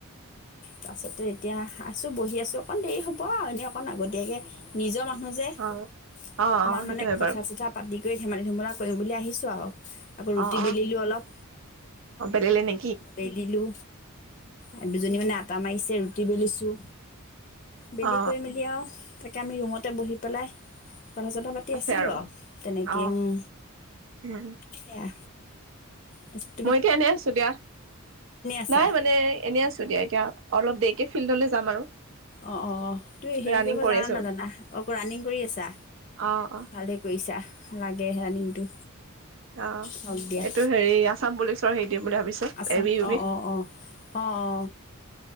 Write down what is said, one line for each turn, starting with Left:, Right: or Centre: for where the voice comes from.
Left: তাছতে এতিয়া আছো বহি আছো অকণ দেৰি হব আও, এনেই অকণ আগতীয়াকে- নিজৰ মানুহ যে,
Right: অ অ
Left: অকমান
Right: অ সেইটো
Left: মানে
Right: হয় বাৰু
Left: কথা চথা- পাতি কৰি ধেমালি ধুমলা কৰিম বুলি আহিছোঁ আৰু, আকৌ ৰুটি
Right: অ অ
Left: বেলিলো অলপ।
Right: অ বেলিলে নি?
Left: বেলিলো, আ দুজনী মানে আট- টা মাৰিছে ৰুটি বেলিছোঁ, বেলি
Right: অ
Left: কৰি মেলি আও- এতিয়া আমি ৰুমতে বহি পেলাই কথা চথা পাত- তি
Right: আছে
Left: আছিলো
Right: আৰু
Left: আও তেনেকে
Right: অ
Left: উম,
Right: উম
Left: সেয়া। তাছত-
Right: মই এতিয়া এনেই আছো দিয়া,
Left: আছা
Right: নাই মান- নে এনেই আছো দিয়া এতিয়া অলপ দেৰিকে ফিল্ডলে যাম আৰু।
Left: অঁ অঁ তুমি হেৰি
Right: ৰানিং
Left: কৰিব
Right: কৰি
Left: জানা
Right: আছো
Left: নাজানা? অকল ৰানিং কৰি আছা
Right: অ অ
Left: ভালেই- কৰিছা, লাগে ৰানিংটো
Right: অ
Left: হওক দিয়া।
Right: এইটো হেৰি আছাম পুলিচৰ হেৰি দিম বুলি ভাবিছো।
Left: আচাম
Right: এ বি ইউ
Left: অঁ
Right: বি
Left: অঁ অঁ অঁ